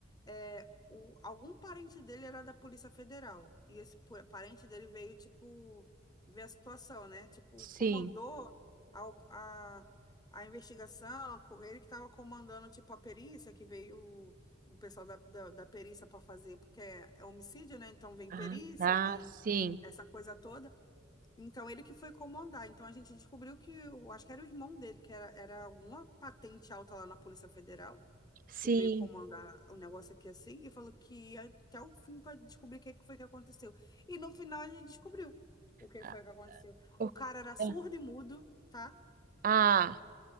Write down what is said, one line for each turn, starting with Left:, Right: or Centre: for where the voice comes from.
Left: é, o, algum parente dele era da Polícia Federal. E esse po- parente dele veio, tipo, ver a situação, né? Tipo,
Right: Sim.
Left: comandou a, op- a, a investigação, co- ele que estava comandando, tipo, a perícia que veio o pessoal da, da, da perícia para fazer, porque é, é homicídio, né? Então vem
Right: Ah,
Left: perícia,
Right: ah,
Left: vem
Right: sim,
Left: essa coisa toda. Então ele que foi comandar. Então a gente descobriu que, eu acho que era o irmão dele, que era, era alguma patente alta lá na Polícia Federal,
Right: sim.
Left: que veio comandar o negócio aqui assim, e falou que ia até o fim para descobrir o que que foi que aconteceu. E no final a gente descobriu o que
Right: Ah,
Left: foi que aconteceu.
Right: o-
Left: O cara era surdo
Right: é.
Left: e mudo, tá?
Right: ah,